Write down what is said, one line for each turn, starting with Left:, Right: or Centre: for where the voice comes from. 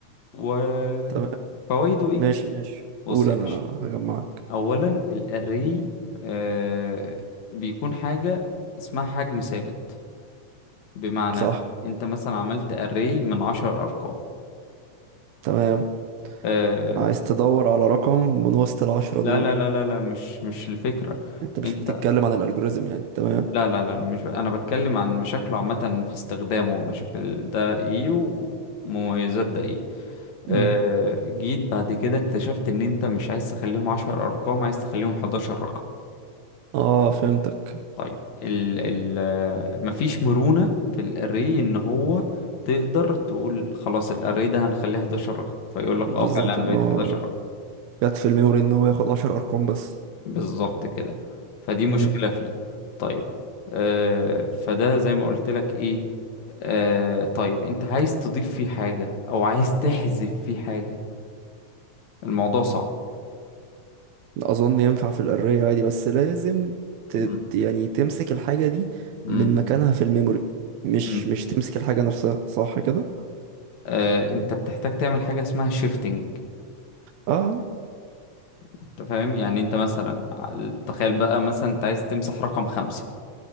Left: وفوائده
Right: تمام
Left: ايه
Right: ماشي ماشي
Left: بص
Right: قول
Left: يا
Right: انا
Left: باشا
Right: هجمعك
Left: اولا الاري آه بيكون حاجه اسمها حجم ثابت بمعنى
Right: صح
Left: انت مثلا عملت اري من عشر ارقام
Right: تمام
Left: آه
Right: عايز تدور على رقم من وسط العشرة
Left: لا
Right: دول
Left: لا لا لا لا مش مش الفكره
Right: انت مش
Left: انت
Right: بتتكلم عن الالجوريزم يعني تمام
Left: لا لا لا مش ب... انا بتكلم عن مشاكله عامه في استخدامه مشاكل ده ايه ومميزات ده ايه آه،
Right: مم.
Left: جيت بعد كده اكتشفت ان انت مش عايز تخليهم عشر ارقام عايز تخليهم حداشر رقم
Right: اه فهمتك
Left: طيب ال ال آه، مفيش مرونة في الاري ان هو تقدر تقول خلاص الاري ده هنخليه 11 رقم فيقول لك
Right: بالظبط
Left: اه فعلا انا
Right: ان
Left: بقيت
Right: هو
Left: 11 رقم
Right: جت في الميموري ان هو ياخد عشر ارقام بس
Left: بالظبط كده فدي مشكلة
Right: مم.
Left: فيه طيب آه فده زي ما قلت لك ايه آه طيب انت عايز تضيف فيه حاجة او عايز تحذف فيه حاجة الموضوع صعب
Right: اظن ينفع في الاري عادي بس لازم ت...
Left: مم.
Right: يعني تمسك الحاجة دي
Left: مم.
Right: من مكانها في الميموري مش
Left: مم.
Right: مش تمسك الحاجة نفسها صح كده
Left: آه، انت بتحتاج تعمل حاجة اسمها شيفتنج
Right: اه
Left: انت فاهم يعني انت مثلا ع- تخيل بقى مثلا انت عايز تمسح رقم خمسة